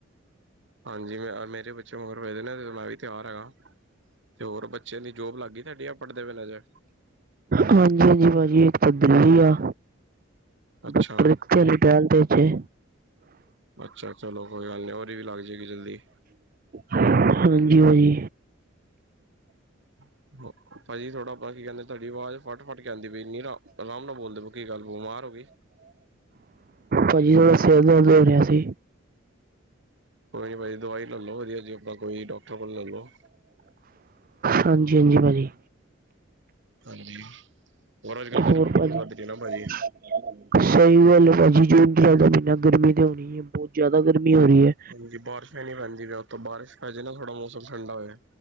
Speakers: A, on the right (about 60°); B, on the right (about 45°).
A: ਹਾਂਜੀ ਮੈਂ ਮੇਰੇ ਪਿੱਛੇ ਹੋਰ ਮਗਰੋਂ ਮੈਂ ਵੀ ਤਿਆਰ ਆ ਤੇ ਹੋਰ ਬੱਚਿਆਂ ਦੀ ਜੋਬ ਲੱਗ ਗਈ ਤੁਹਾਡੀ ਪੜ੍ਹਦੇ ਪਏ ਲਾ
B: ਹਾਂਜੀ ਹਾਂਜੀ ਭਾਜੀ ਇੱਕ ਤਾਂ ਦਿੱਲੀ ਆ।
A: ਅੱਛਾ
B: ਗੁਰਪ੍ਰੀਤ ਚੱਲੀ ਟੈਲ ਜੇ
A: ਅੱਛਾ ਚਲੋ ਕੋਈ ਗੱਲ ਨਹੀਂ ਉਹਦੀ ਵੀ ਲੱਗ ਜਾਏਗੀ ਜਲਦੀ।
B: ਹਾਂਜੀ ਭਾਜੀ
A: <unintelligible> ਭਾਜੀ ਥੋੜਾ ਆਪ ਕੀ ਕਹਿੰਦੇ ਤੁਹਾਡੀ ਆਵਾਜ਼ ਫਟ ਫਟ ਕੇ ਆਂਦੀ ਪਈ ਨੀਰਾ ਇੰਨੀ ਆਰਾਮ ਨਾਲ ਬੋਲਦੇ ਕੀ ਗੱਲ ਬਿਮਾਰ ਹੋ ਗਏ
B: ਭਾਜੀ ਉਹ ਸਿਰ ਦਰਦ ਹੋ ਰਿਹਾ ਸੀ।
A: ਕੋਈ ਨੀ ਦਵਾਈ ਲੈ ਲੋ ਵਧੀਆ ਜੀ ਆਪਾਂ ਕੋਈ ਡਾਕਟਰ ਕੋਲ ਲੈ ਲੋ।
B: ਹਾਂਜੀ ਹਾਂਜੀ ਭਾਜੀ।
A: ਹਾਂਜੀ, ਹੋਰ ਅੱਜ ਕੱਲ ਗਰਮੀ
B: ਹੋਰ
A: ਕਿੰਨੀ
B: ਭਾਜੀ
A: ਵੱਧ ਰਹੀ ਨਾ ਭਾਜੀ।
B: ਸਹੀ ਗੱਲ ਹੈ, ਭਾਜੀ ਜੂਨ ਜੁਲਾਈ ਦਾ ਮਹੀਨਾ ਗਰਮੀ ਤਾਂ ਹੋਣੀ ਹੈ ਬਹੁਤ ਜ਼ਿਆਦਾ ਗਰਮੀ ਹੋ ਰਹੀ ਹੈ।
A: ਹਾਂਜੀ ਬਾਰਿਸ਼ ਹੀ ਨਹੀਂ ਪੈਂਦੀ ਉੱਤੋਂ ਬਾਰਸ਼ ਪੈ ਜੇ ਨਾ ਥੋੜਾ ਮੌਸਮ ਠੰਡਾ ਹੋ ਜਾਵੇ।